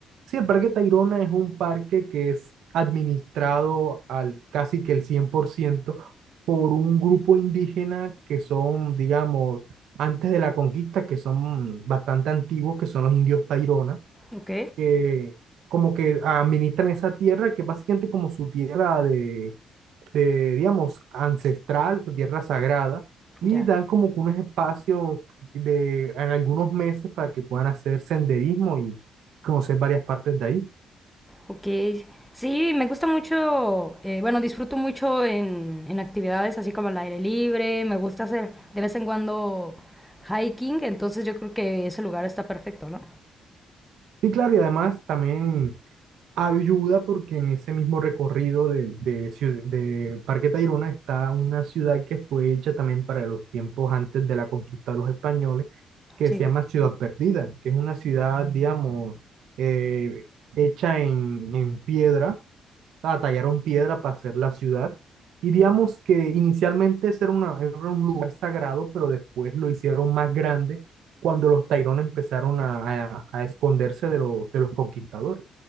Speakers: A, on the right; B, in the centre.
A: sí, el Parque Tayrona es un parque que es administrado al casi que el 100% por ciento por un grupo indígena que son, digamos, antes de la conquista, que son bastante antiguos, que son los indios Tayrona,
B: Ok.
A: que como que administran esa tierra, que es básicamente como su tierra de, de, digamos, ancestral, su tierra sagrada, y
B: Ya.
A: dan como que unos espacios de, en algunos meses para que puedan hacer senderismo y conocer varias partes de ahí.
B: Ok, sí, me gusta mucho, eh, bueno, disfruto mucho en, en actividades así como al aire libre, me gusta hacer de vez en cuando hiking, entonces yo creo que ese lugar está perfecto, ¿no?
A: Sí, claro, y además también ayuda porque en ese mismo recorrido de, de, ciu- de Parque Tayrona está una ciudad que fue hecha también para los tiempos antes de la conquista de los españoles, que
B: Sí.
A: se llama Ciudad Perdida, que es una ciudad, digamos, eh, hecha en, en piedra ah, tallaron piedra para hacer la ciudad. Y digamos que inicialmente ese era, una- era un lugar sagrado, pero después lo hicieron más grande cuando los Tairón empezaron a, a- a esconderse de los, de los conquistadores.